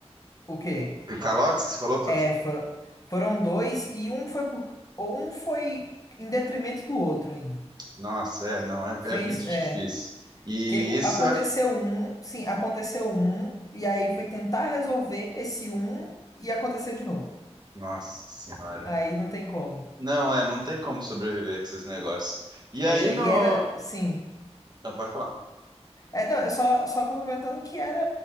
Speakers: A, on the left; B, on the right.
A: O quê?
B: O calote que você falou, to-
A: É, foram, foram dois e um foi por, ou um foi em detrimento do outro ainda.
B: nossa, é, não, é,
A: Fez,
B: é muito
A: é,
B: difícil. E
A: que
B: isso,
A: aconteceu
B: eu acho-
A: um, sim, aconteceu um, e aí foi tentar resolver esse um e aconteceu de novo.
B: nossa senhora.
A: Aí não tem como.
B: Não, é, não tem como sobreviver com esses negócios. E
A: É,
B: aí no.
A: e era, sim.
B: Não, pode falar.
A: É, não, é só, só complementando que era,